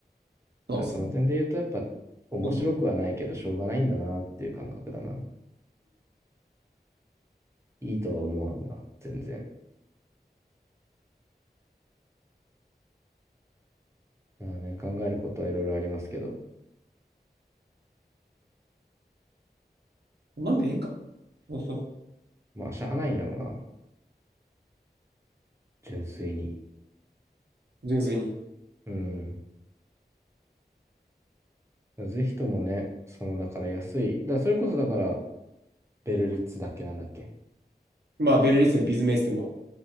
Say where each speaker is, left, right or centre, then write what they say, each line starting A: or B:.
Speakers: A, on the right; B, on the right.
A: そうですね。
B: だからその点で言うと、やっぱ面白くはないけど、
A: そうだね
B: しょうがないんだなっていう感覚だな。いいとは思わんが、全然。だからね、考えることはいろいろありますけど、
A: うん、なんでええんか。そうそう
B: まあ、しゃあないんやろな、純粋に。
A: 純粋に。
B: うん。ぜひともね、その、だから安い、だからそれこそだから、ベルリッツだっけなんだっけ、
A: まあ、ベルリスでもビズメイスでも。